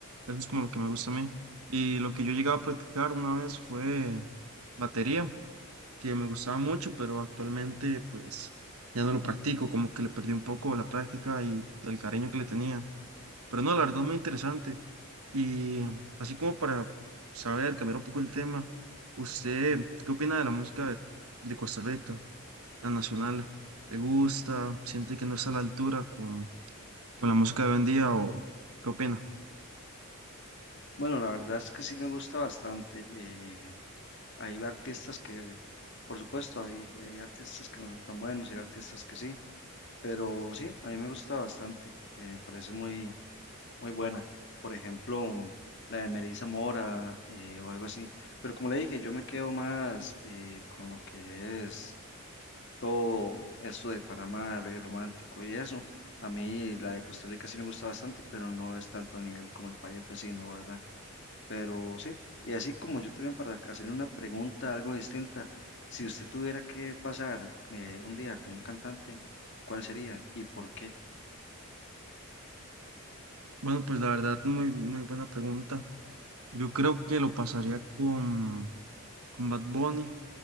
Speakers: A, on the right; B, on the left.
A: Eso es como lo que me gusta a mí. Y lo que yo llegaba a practicar una vez fue batería, que me gustaba mucho, pero actualmente pues ya no lo practico, como que le perdí un poco la práctica y el cariño que le tenía. Pero no, la verdad es muy interesante. Y así como para saber, cambiar un poco el tema, ¿usted qué opina de la música de, de Costa Rica, la nacional? ¿Le gusta? ¿Siente que no está a la altura con, con la música de hoy en día o qué opina?
B: Bueno, la verdad es que sí me gusta bastante. eh, Hay artistas que, por supuesto, hay, hay artistas que no son tan buenos y hay artistas que sí, pero sí, a mí me gusta bastante, eh, me parece muy, muy buena. Por ejemplo, mm, la de Melissa Mora eh, o algo así. Pero como le dije, yo me quedo más eh, con lo que es todo esto de Panamá, el reggae romántico y eso. A mí la de Costa Rica sí me gusta bastante, pero no es tanto al nivel como el país vecino, ¿verdad? Pero sí, y así como yo también para hacerle una pregunta algo distinta, si usted tuviera que pasar eh, un día con un cantante, ¿cuál sería y por qué?
A: Bueno, pues la verdad, muy, muy buena pregunta. Yo creo que lo pasaría con, con Bad Bunny,